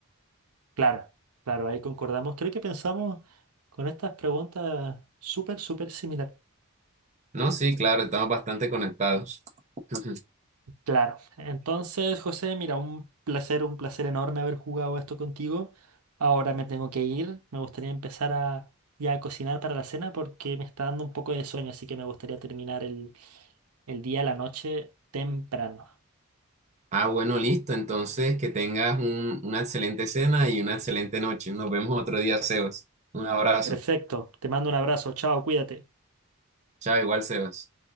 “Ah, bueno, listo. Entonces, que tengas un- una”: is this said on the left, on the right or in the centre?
Right